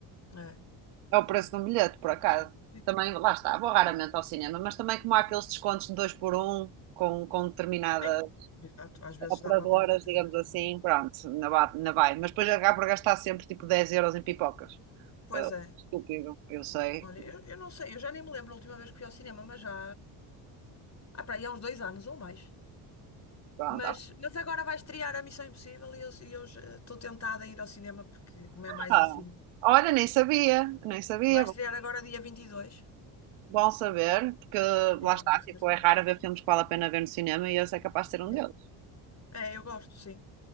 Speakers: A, on the left (about 35°); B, on the right (about 75°).
A: É.
B: É o preço de um bilhete, por acaso.
A: Sim,
B: Também, lá está, vou raramente ao cinema, mas também como há aqueles descontos de dois por um com, com determinadas
A: sim. Exato, às vezes
B: operadoras,
A: dá para aproveitar.
B: digamos
A: é verdade.
B: assim, pronto, na, ba- na vai. Mas depois acabo por gastar sempre tipo 10 euros em pipocas.
A: Pois
B: Ah,
A: é.
B: estúpido, eu sei.
A: Olha, eu, eu não sei, eu já nem me lembro a última vez que fui ao cinema, mas já. Ah, para aí há uns dois anos ou mais.
B: Pronto.
A: Mas, mas agora vai estrear a Missão Impossível e eu e eu já estou tentada a ir ao cinema porque não é mais
B: Ah,
A: assim.
B: olha, nem sabia, nem sabia.
A: Vai estrear agora dia 22.
B: Bom saber, porque
A: Eu
B: lá está,
A: gosto
B: tipo,
A: desse
B: é raro
A: filme.
B: ver filmes que vale a pena ver no cinema e esse é capaz de ser
A: Sim.
B: um deles.
A: É, eu gosto, sim.